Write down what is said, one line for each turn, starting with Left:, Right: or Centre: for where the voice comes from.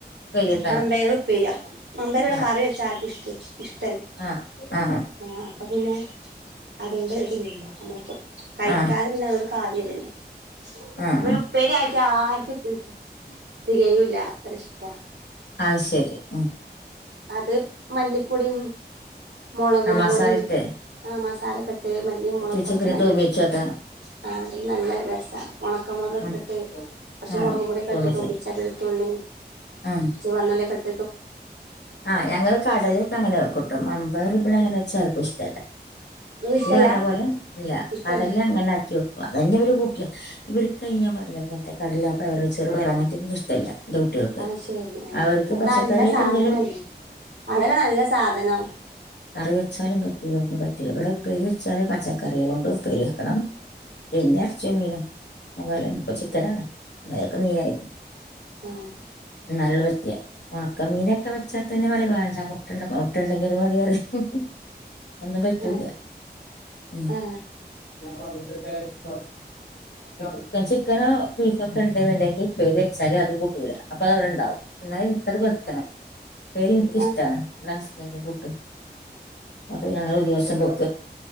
Left: ഉപ്പേരി വെക്കാനോ
Right: മമ്പയർ ഉപ്പേരിയാക്കും മാബയർ
Left: ആ
Right: കറി വെച്ചാ ആർക്കും ഇഷ്ടല്ല ഇഷ്ടല്ല
Left: ആ ആ
Right: ആ അപ്പൊ പിന്നെ അതുകൊണ്ട് ഇടുനില്ല നമ്മക്ക് കഴിക്കാതെ
Left: ആ
Right: പിന്നെ അതുകൊണ്ട് കാര്യല്ലല്ലോ
Left: ആ
Right: അപ്പൊ
Left: ആ
Right: ഉപ്പേരി ആയി <unintelligible> ആർക്കുത് തികയുല്ല അത്ര ഇഷ് <inaudible>
Left: ആ ശരി ഉം
Right: അത് മല്ലിപ്പൊടിയും മുളകുപൊടിം
Left: ആ മസാല ഇട്ട്
Right: ആ മസ് സാല ക ട്ട് മല്ലിം മൊളക്
Left: ഇട്ടിച്ച്
Right: കൊറച്ച്
Left: പിന്നെ
Right: മല്ലിടും
Left: തൂമിച്ച് വെക്ക
Right: ആ അതിന് നല്ല രസ ഒണക്കമൊളകൊക്കെട്ട്
Left: ആ
Right: കൊറച്ച്
Left: ആ
Right: മൊളകും പൊടിയൊക്കെ
Left: തൂമിച്ച്
Right: ഇട്ട് തൂമിച്ചാ വെളുത്തുള്ളീം
Left: ആ
Right: ജ്ജ് വന്ന <inaudible>
Left: ആ ഞങ്ങള് കാടലേക്കെ അങ്ങനെ വെക്കുട്ടോ മംമ്പയർ അങ്ങനെ വെച്ചാലാര്ക്കും ഇഷ്ടല്ല
Right: നിങ്ങക്ക് ഇഷ്ടല്ല
Left: ഇയ്യ് പറഞ്ഞ പോലെ ഇല്ല
Right: ഇഷ്ടല്ലേ
Left: കടല അങ്ങനെയാക്കി വെക്കാ അതെന്റെരു കു ഇവല്ക്ക് അയിന് ഞാപറഞ്ഞ്ലേ ഇങ്ങനെത്തെ കടലാ പയർ ചെറുപയറ് അങ്ങനത്തെന്നും ഇഷ്ടല്ല എന്റെ കുട്ടികൾക്ക്
Right: അഹ് ശരി അ
Left: അവർക്ക് പച്ചക്കറിയായിട്ട്
Right: നല്ലസ സാധനല്ലേ
Left: എന്തേലും
Right: അതല്ലേ നല്ല സാധനം
Left: കറിവെച്ചാലും ക <unintelligible> പറ്റില്ല ഇവടെ
Right: ഉം
Left: ഉപ്പേരിവെച്ചാല് പച്ച കറികളോണ്ട് ഉപ്പേരി വെക്കണം പിന്നെ എറച്ചിം മീനും <unintelligible> ഇപ്പോ ചിക്കനാണ് ഇന്നലൊക്കെ മീനായിരുന്നു
Right: ആ
Left: നല്ല കെ ഒണക്കമീനൊക്കെ വെച്ചാതന്നെ പറിം വേ <unintelligible> അത് മതി പറിം അവോന്നും പറ്റൂല.
Right: ആ
Left: ഉം
Right: ആ
Left: ഇപ്പ ഇപ്പൊ ചിക്കനോ ബീഫ് ഒക്കെ ഉണ്ട്ന്ന്ണ്ടെങ്കി ഉപ്പേരി വെച്ചാല് അത് കൂ ട്ടൂല അപ്പത് അവിടെ ഇണ്ടാവും ഇന്നാ വെറ്ത്ത്ണ് ഉപ്പേരിന്ക്ക്
Right: ആ
Left: ഇഷ്ടാണ് വ്ടെ ഹസ്ബൻന്റും കൂട്ടും അത് ഞങ്ങള് ദിവസ് ഹലോ